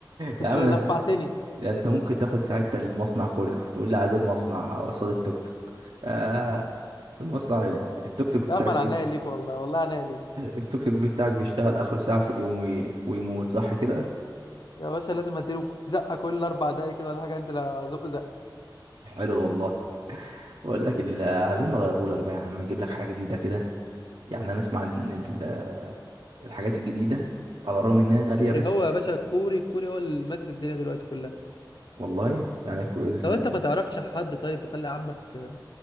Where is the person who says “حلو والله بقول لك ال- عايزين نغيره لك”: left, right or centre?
Right